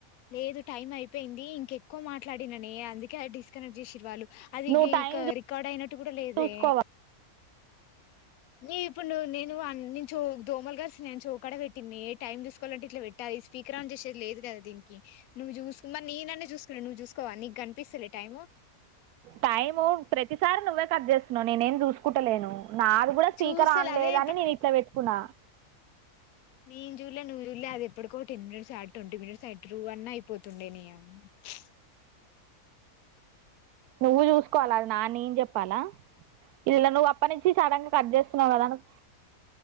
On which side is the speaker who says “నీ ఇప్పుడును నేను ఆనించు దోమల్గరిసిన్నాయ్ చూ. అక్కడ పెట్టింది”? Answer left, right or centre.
Left